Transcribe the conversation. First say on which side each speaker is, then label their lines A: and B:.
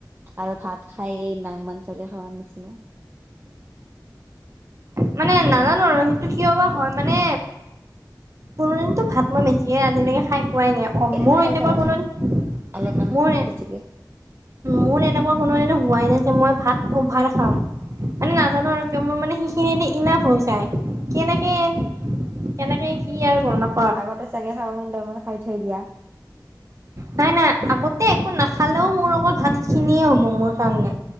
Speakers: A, on the right; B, on the right.
A: আৰু ভাত খাই এই নাংমান চলি খাৱাৰ নিচিনা।
B: মানে নাজানো আৰু সেইটো কিয় বা হয় মানে কোনো দিনতো ভাত মই বেছিকে আজিলৈকে খাই পোৱাই নাই। অ
A: এদিন
B: মোৰ
A: খাই
B: এনেকুৱা
A: চাবাচোন
B: কোনোদিন
A: অলপমান
B: মোৰ এ
A: বেছিকে।
B: মোৰ এনেকুৱা কোনোদিনে হোৱাই নাই যে মই ভাত অভাৰ খাম। মানে নাজানো আৰু কিয় মোৰ মানে সেইখিনিদি ইনাফ হৈ যায় কেনেকে কেনেকে কি আৰু গম নাপ
A: আগতে চাগে চাওমিন -টাওমিন খাই থৈ দিয়া।
B: নাই নাই আগতে একো নাখালেও মোৰ অকল ভাত খিনিয়ে হ'ব মোৰ কাৰণে।